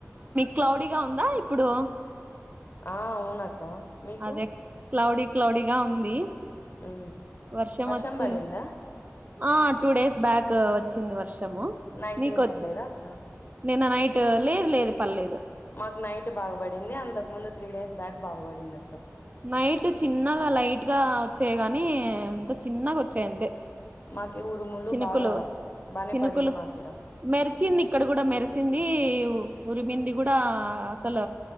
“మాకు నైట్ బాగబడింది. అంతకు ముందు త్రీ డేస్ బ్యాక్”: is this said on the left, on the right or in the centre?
Left